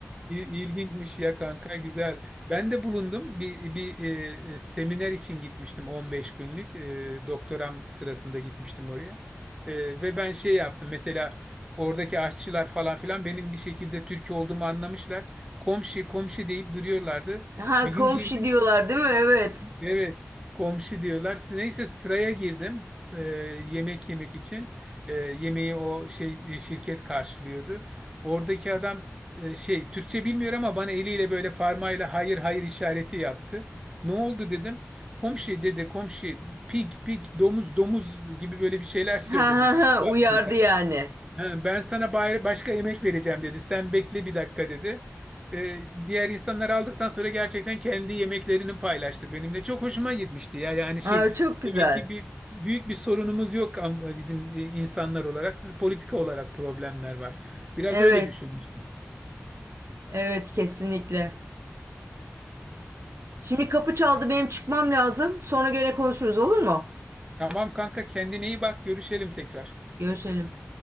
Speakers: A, on the right; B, on the right.
A: İl- İlginçmiş ya kanka güzel. Ben de bulundum. Bir, bir e, e, seminer için gitmiştim 15 günlük. E, doktoram sırasında gitmiştim oraya. E, ve ben şey yaptım. Mesela oradaki aşçılar falan filan benim bir şekilde Türk olduğumu anlamışlar. Komşu komşu deyip duruyorlardı.
B: Ha
A: Bir
B: komşu
A: gün girdim.
B: diyorlar değil mi? Evet.
A: Evet, komşu diyorlar. Neyse sıraya girdim e, yemek yemek için. E, yemeği o şey e, şirket karşılıyordu. Oradaki adam e, şey Türkçe bilmiyor ama bana eliyle böyle parmağıyla hayır hayır işareti yaptı. Ne oldu dedim. Komşu dedi komşu pig pig domuz domuz gibi böyle bir şeyler söyledi.
B: Ha ha
A: Pig
B: ha
A: var
B: uyardı
A: bunda.
B: yani.
A: Ha, ben sana bayra- başka emek vereceğim dedi. Sen bekle bir dakika dedi. Ee, diğer insanlar aldıktan sonra gerçekten kendi yemeklerini paylaştı benimle. Çok hoşuma gitmişti ya. Yani şey
B: Aa çok güzel.
A: demek ki bir büyük bir sorunumuz yok am- bizim e, insanlar olarak. Politika olarak problemler var. Biraz
B: Evet.
A: öyle düşünmüş.
B: Evet kesinlikle. Şimdi kapı çaldı benim çıkmam lazım. Sonra gene konuşuruz olur mu?
A: Tamam kanka kendine iyi bak. Görüşelim tekrar.
B: Görüşelim.